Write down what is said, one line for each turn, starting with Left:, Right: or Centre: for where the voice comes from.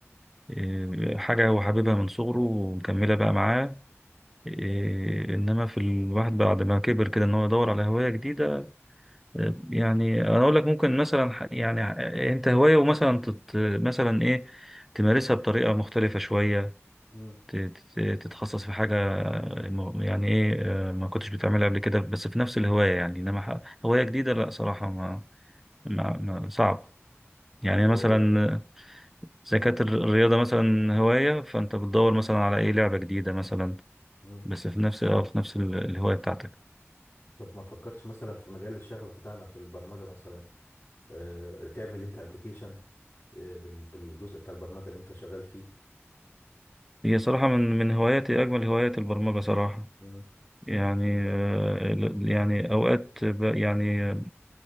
Centre: آه، حاجة هو حاببها من صغره ومكملة بقى معاه آه، إنما في الواحد بعد ما كبر كده إن هو يدور على هواية جديدة يعني انا اقول لك ممكن مثلا ح- يعني ح- انت هوايه ومثلا تت مثلا ايه تمارسها بطريقه مختلفه شويه
Left: امم
Centre: ت- ت- تتخصص في حاجه م- يعني ايه آه، ما كنتش بتعملها قبل كده بس في نفس الهوايه يعني انما ح- هوايه جديده لا صراحه ما, ما, ما صعب يعني
Left: آه،
Centre: مثلا زي كانت الر- الرياضه مثلا هوايه فانت بتدور مثلا على ايه لعبه جديده مثلا
Left: امم
Centre: بس في نفس آه، في نفس ال- الهوايه بتاعتك
Left: طب ما فكرتش مثلا في مجال الشغف بتاعنا في البرمجه مثلا آه، تعمل انت ابلكيشن آه، بال- بالجزء بتاع البرمجة اللي انت شغال فيه
Centre: هي صراحه من من هواياتي اجمل هوايات البرمجه صراحه
Left: مم،
Centre: يعني آه، يعني اوقات ب- يعني آه،